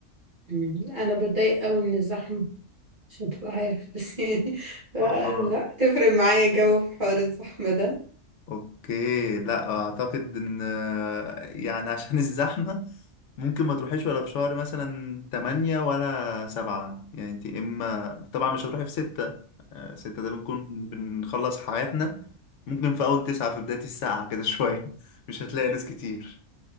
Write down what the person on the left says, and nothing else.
آه
اوكي لا اعتقد ان يعني عشان <laughs> الزحمة ممكن ما تروحيش ولا في شهر مثلا تمانية ولا سبعة يعني انت اما طبعا مش هتروحي في ستة آه، ستة ده بنكون بنخلص حياتنا ممكن في اول تسعة في بداية الساعة كده شوية <laughs> مش هتلاقي ناس كتير